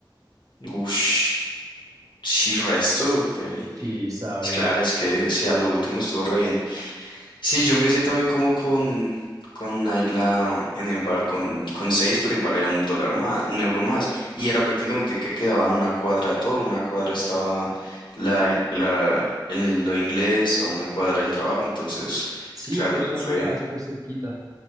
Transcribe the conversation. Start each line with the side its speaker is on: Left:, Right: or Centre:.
Left: ush, sí resto, pero
Right: Sí, estaba bien.
Left: claro, es que sí, a lo último estuvo re bien. Sí, yo empecé también como con, con Naila en el bar con, con seis, pero igual era un dólar más, un euro más. Y era prácticamente
Right: Sí.
Left: que quedaba una cuadra todo, una cuadra estaba la, la, el- lo inglés, a una cuadra el trabajo, entonces,
Right: Sí,
Left: claro,
Right: es que
Left: eso
Right: todo
Left: fue.
Right: te quedaba súper cerquita.